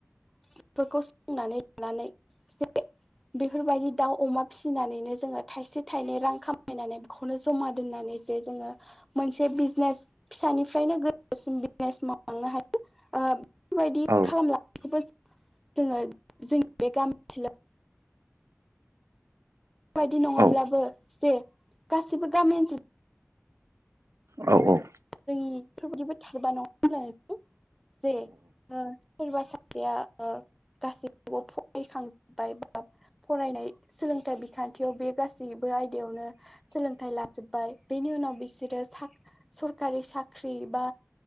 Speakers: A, in the centre; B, on the right.
A: बेफोरखौ सोंनानै लानानै एसे बेफोरबायदि दाउ अमा फिसिनानैनो जोङो थाइसे थाइनै रां खामायनानै खौनो जमा दोननानै जे जोङो मोनसे बिजनेस फिसानिफ्रायनो गोजोसिम बिजनेस मावलांनो हायो बेफोरबायदि
B: औ औ
A: खालामनायखौबो जोङो जोंनि बे गामि ओनसोलाव बेबायायदि नङाब्लाबो
B: औ
A: जे गासिबो गामि ओनसोलाव
B: औ औ
A: जोंनि बेफोरबायदिबो थारबा नङा जे सोरबा सासेया गासैखौबो फरायखांजोबबाय बा फरायनाय सोलोंथाइ बिखान्थियाव बे गासैबो आयदायावनो सोलोंथाइ लाजोबबाय बेनि उनाव बिसोरो सरखारि साख्रि बा